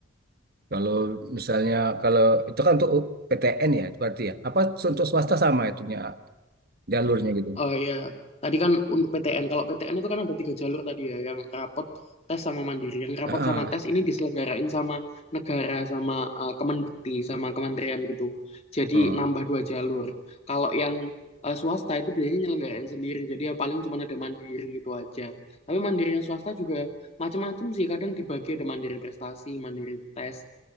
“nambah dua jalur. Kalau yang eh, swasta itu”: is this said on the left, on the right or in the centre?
Left